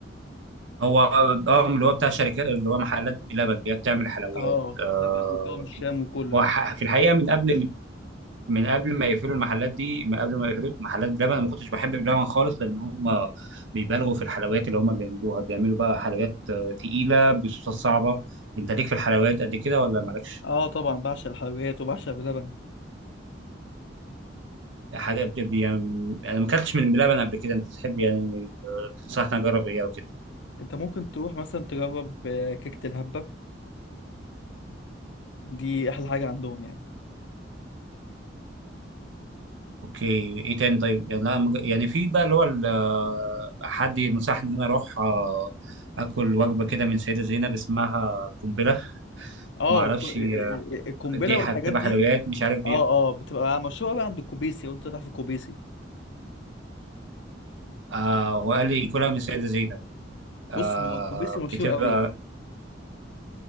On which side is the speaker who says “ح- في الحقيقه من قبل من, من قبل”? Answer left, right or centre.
Right